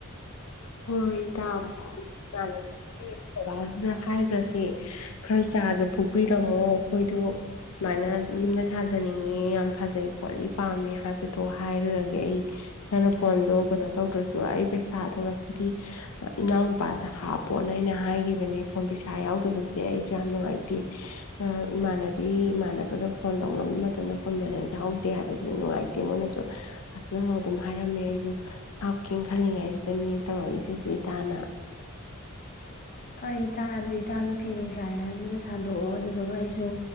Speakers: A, on the left; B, on the left.
A: <unintelligible> ꯏꯇꯥ ꯏꯃꯥꯟꯅꯕꯤꯒꯤ ꯂꯩꯕꯗꯨꯗ ꯍꯥꯏꯒ꯭ꯔꯁꯦ ꯈꯔ ꯆꯥꯗ ꯐꯨꯛꯄꯤꯔꯝꯃꯣ ꯑꯩꯈꯣꯏꯗꯣ ꯁꯨꯃꯥꯏꯅ ꯌꯨꯝꯗ ꯊꯥꯖꯅꯤꯡꯉꯦ ꯌꯥꯝ ꯐꯖꯩ ꯈꯣꯠꯂꯤ ꯄꯥꯝꯃꯦ ꯍꯥꯏꯕꯗꯣ ꯍꯥꯏꯔꯨꯔꯒꯦ ꯑꯩ ꯅꯪꯅ ꯐꯣꯟꯗꯣ ꯀꯩꯅꯣ ꯇꯧꯗ꯭ꯔꯁꯨ ꯑꯩ ꯄꯩꯁꯥ ꯉꯁꯤꯗꯤ ꯏꯅꯥꯎꯅꯨꯄꯥꯗ ꯍꯥꯞꯄꯣꯅ ꯑꯩꯅ ꯍꯥꯏꯈꯤꯕꯅꯦ ꯐꯣꯟ ꯄꯩꯁꯥ ꯌꯥꯎꯗꯕꯁꯦ ꯑꯩꯁꯨ ꯌꯥꯝ ꯅꯨꯡꯉꯥꯏꯇꯦ ꯏꯃꯥꯟꯅꯕꯤ ꯏꯃꯥꯟꯅꯕꯗ ꯐꯣꯟ ꯇꯧꯅꯕ ꯃꯇꯝꯗ ꯐꯣꯟ ꯕꯦꯂꯦꯟꯁ ꯌꯥꯎꯗꯦ ꯍꯥꯏꯕꯁꯤ ꯅꯨꯡꯉꯥꯏꯇꯦ ꯃꯣꯏꯅꯁꯨ ꯍꯥꯞꯆꯤꯜꯂꯣ ꯑꯗꯨꯝ ꯍꯥꯏꯔꯝꯃꯦ ꯑꯩꯁꯨ ꯍꯥꯞꯀꯦꯅ ꯈꯜꯂꯤꯉꯩ ꯅꯦ ꯇꯧꯔꯛꯏꯁꯤꯁꯨ ꯏꯇꯥꯅ
B: ꯐꯔꯤ ꯏꯇꯥ ꯑꯗꯨꯗꯤ ꯏꯇꯥꯗꯣ ꯐꯤ ꯅꯨꯡꯁꯥꯔꯦ ꯍꯥꯏꯕꯅ ꯁꯥꯗꯣꯛꯑꯣ ꯑꯗꯨꯗꯨꯒ ꯑꯩꯁꯨ